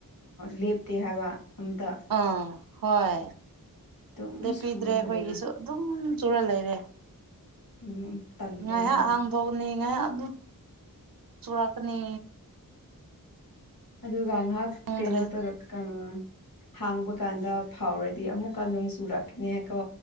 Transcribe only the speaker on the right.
ꯑꯥ ꯍꯣꯏ
ꯂꯦꯞꯄꯤꯗ꯭ꯔꯦ
ꯑꯩꯈꯣꯏꯒꯤꯁꯨ
ꯑꯗꯨꯝ ꯆꯨꯔ ꯂꯩꯔꯦ
ꯉꯥꯏꯍꯥꯛ
ꯍꯥꯡꯗꯧꯅꯤ ꯉꯥꯏꯍꯥꯛ ꯑꯗꯨ ꯆꯨꯨꯔꯛꯀꯅꯤ
ꯈꯪꯗ꯭ꯔꯦ